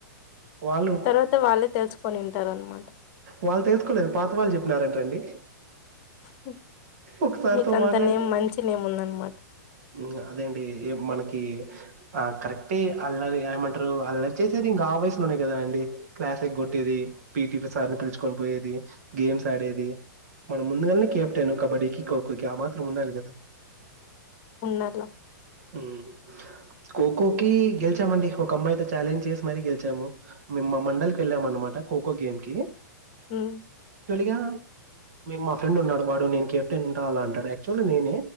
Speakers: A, on the right (about 55°); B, on the left (about 40°).
A: వాళ్ళు
B: తర్వాత వాళ్ళే తెలుసుకొని ఉంటారనమాట
A: వాళ్ తెలుసుకోలేదు పాతవాళ్ చెప్ న్నారాంటండి
B: హ్మ్.
A: ఒకసారితో
B: మీకంత
A: మాట్లాడితే
B: నేమ్ మంచి నేమ్ ఉందనమాట.
A: గ అదేండి ఏ మనకి ఆ కరెక్టే అల్లరి ఏంమంటరు అల్లరి చేసేది ఇంకా ఆ వయసు లోనే కదా అండి క్లాస్ ఎగగొట్టేది పిటి సార్ పిలుచుకొని పోయేది గేమ్ మ్స్ ఆడేది మనం ముందుగానే కేప్టను కబడ్డీకి ఖోఖో కి ఆ మాత్రం ఉండాలి కదా
B: ఉండల్లా.
A: ఉమ్ ఖోఖో కి గెలిచామండి ఒక అమ్మాయితో ఛాలెంజ్ చేసి మరీ గెలిచాము మేమ్ మా మండలికి వెళ్ళామ అన్నమాట ఖోఖో గేమ్ కి
B: ఉమ్
A: గా మా ఫ్రెండ్ ఉన్నాడు వాడు నేను కెప్టెన్ ఉంటా అలా అంటాడు యాక్చువల్లీ నేనే